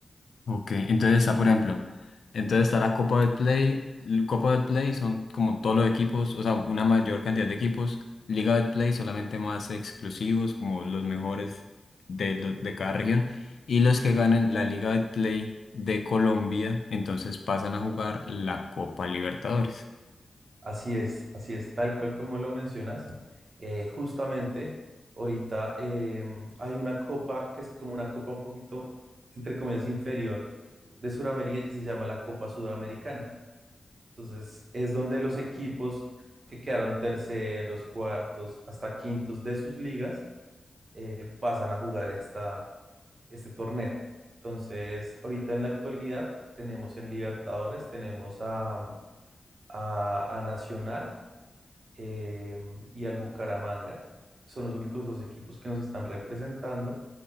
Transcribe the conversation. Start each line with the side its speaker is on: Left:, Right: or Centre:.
Left: Ok, entonces está, por ejemplo, entonces está la Copa del Play. Copa del Play son como todos los equipos, o sea, una mayor cantidad de equipos. Liga del Play solamente más exclusivos, como los mejores de, lo- de cada región. Y los que ganen la Liga del Play de Colombia, entonces pasan a jugar la Copa Libertadores.
Right: Así es, así es, tal cual como lo mencionas. Eh, justamente, ahorita eh, hay una copa que es como una copa un poquito, entre comillas, inferior de Sudamérica que se llama la Copa Sudamericana. Entonces, es donde los equipos que quedaron terceros, cuartos, hasta quintos de sus ligas eh, pasan a jugar esta, este torneo. Entonces, ahorita en la actualidad tenemos en Libertadores, tenemos a, a a Nacional eh, y al Bucaramanga. Son los únicos dos equipos que nos están representando.